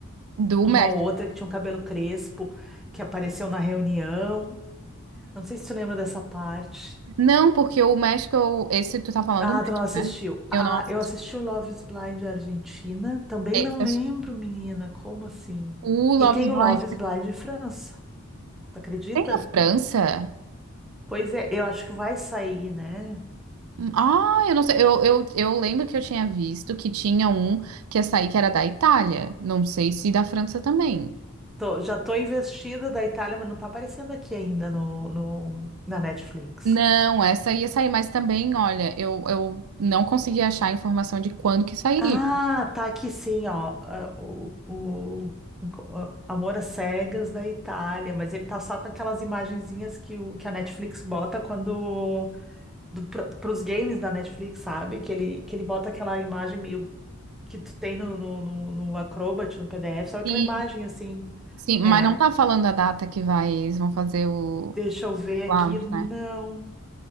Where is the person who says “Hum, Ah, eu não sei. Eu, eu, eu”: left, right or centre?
Right